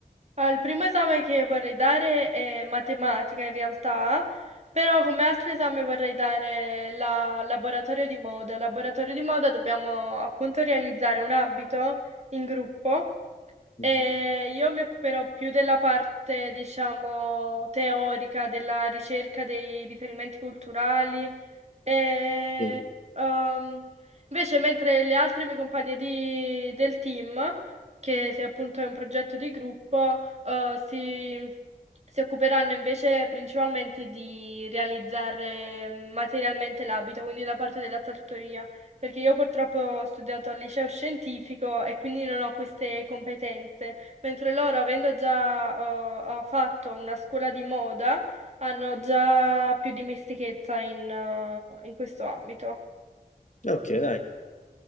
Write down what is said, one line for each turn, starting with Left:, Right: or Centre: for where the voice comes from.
Right: Ah, il primo esame che vorrei dare è matematica in realtà, però come altro esame vorrei dare la laboratorio di moda. Al Laboratorio di moda dobbiamo appunto realizzare un abito in gruppo e
Left: Mm.
Right: io mi occuperò più della parte, diciamo, teorica, della ricerca dei riferimenti culturali E,
Left: Mm.
Right: ehm, invece, mentre le altre mie compagne di- del team, che se appunto è un progetto di gruppo, eh, si, si occuperanno invece principalmente di realizzare mm, materialmente l'abito, quindi la parte della sartoria, perché io purtroppo ho studiato al liceo scientifico e quindi non ho queste competenze, mentre loro, avendo già eh, fatto una scuola di moda, hanno già più dimestichezza in, eh, in questo ambito.
Left: Ok, dai.